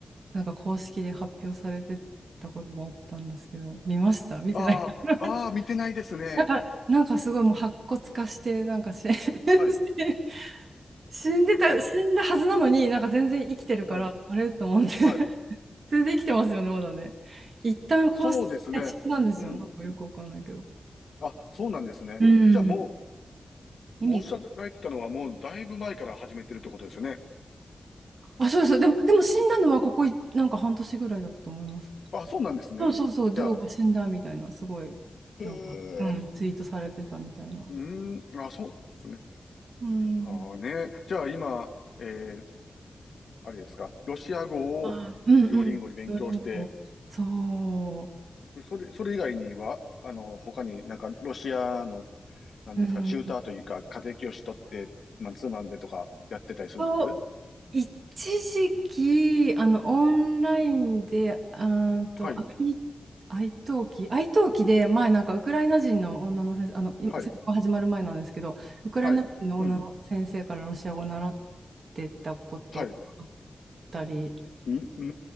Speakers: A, on the right; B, on the left.
A: なんか公式で発表されてたことがあったんですけど、見ました見てない
B: ああ、
A: <laughs>
B: ああ、見てないですね。
A: なんか、なんかすごいもう白骨化して、
B: うん、
A: なんかし
B: はい。
A: <laughs> 死んでた、
B: あ、
A: 死んだはずなのに、なんか全然生きてるから、
B: はい、
A: あれと思って <laughs>
B: はい。
A: 全然生きてますよね、まだね。一旦公式で死んだんですよ。
B: そうですね。うん。
A: なんかよくわかんないけど。
B: あ、そうなんですね。
A: うん。
B: じゃあも
A: 意味が。
B: う、もうおっしゃられてたのはもうだいぶ前から始めてるってことですよね。
A: あ、そうです。でも、でも死んだのはここい、なんか半年ぐらいだったと思います。
B: あ、そうなんですね。
A: そうそうそう、デュオが死んだみたいな、
B: じゃあ、
A: すごい、
B: へ
A: なんか、うん、
B: え、
A: ツイートされてたみたいな。
B: うーん、あ、そうですね。
A: うん。
B: ああね。じゃあ今、えー、あれですか、ロシア語をデュオリンゴで勉強して、
A: はい。うんうん。料理前ね。そ
B: それ、それ以外には、あの、他になんかロシアの、なんですか、
A: う。うん。
B: チューターというか、家庭教師取って、まあツーマンでとかやってたりするんです
A: そう一時期、あの、オンラインで、うーんと、
B: はい、
A: 愛、愛登記、愛登記で、前、なんか、ウクライナ人の女の先生、あの、今戦争が始まる前なんですけど、
B: はい、
A: ウクライナ人の女の先生からロシア語を習っ
B: はい、うん、
A: てたことがあっ
B: はい、
A: たり、
B: うん、うー